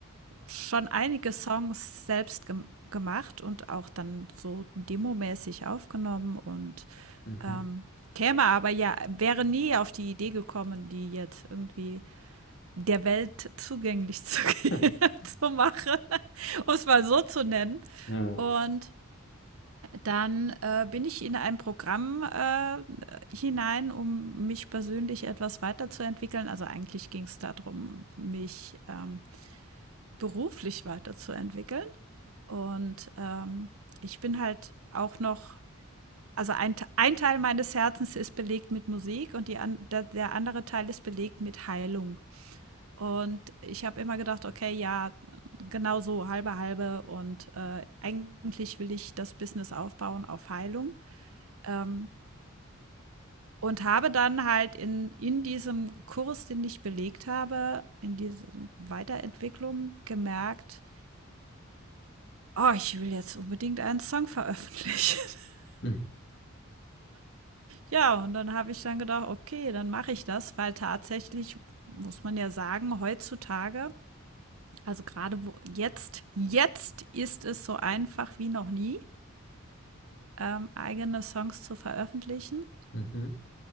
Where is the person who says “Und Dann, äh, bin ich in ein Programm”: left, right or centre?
Right